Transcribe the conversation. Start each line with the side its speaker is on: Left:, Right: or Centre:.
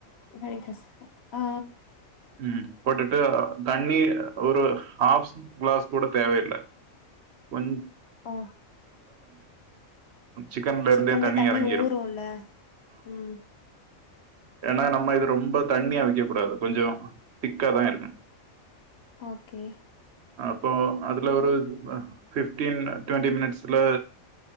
Left: அடிக்கச ஆ
Right: ம் போட்டு ட்டு தண்ணி ஒரு ஹாஃப் க்ளாஸ் கூட தேவையில்ல கொஞ்
Left: ஓ
Right: சிக்கன்ல
Left: சிக்கன்லே
Right: இருந்தே
Left: தண்ணி
Right: இறங்கிடும்
Left: ஊறூல்ல ம்
Right: ஏனா நம்ம இது ரொம் ப தண்ணியா வக்கக் கூடாது கொஞ்சொ திக்காதா இருக்கு
Left: ஓகே
Right: அப்போ அது ஒரு ஃபிப்டீன் டுவெண்ட்டி மினிட்ஸ்ல